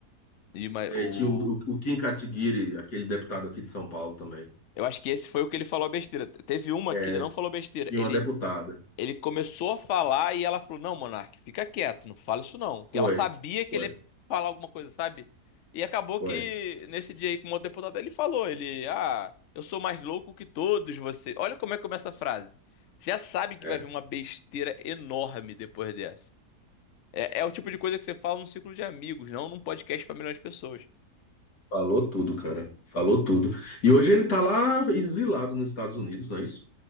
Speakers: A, on the left; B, on the left.
A: e uma-
B: E
A: o
B: aí tinha o, o, o Kim Kataguiri, aquele deputado aqui de São Paulo também.
A: eu acho que esse foi o que ele falou a besteira. Teve uma
B: É,
A: que ele não falou besteira.
B: tinha
A: Ele
B: uma deputada.
A: Ele começou a falar e ela falou: Não, Monark, fica quieto, não fala isso não. Porque
B: Foi,
A: ela sabia que
B: foi,
A: ele ia falar alguma coisa, sabe? E acabou
B: foi.
A: que nesse dia aí com o deputado ele falou: Ele, ah, eu sou mais louco que todos vocês. Olha como é que começa a frase. Você já sabe que
B: É,
A: vai vir uma besteira enorme depois dessa. É, é o tipo de coisa que você fala num círculo de amigos, não num podcast pra milhões de pessoas.
B: Falou tudo, cara. Falou tudo. E hoje ele tá lá exilado nos Estados Unidos, não é isso?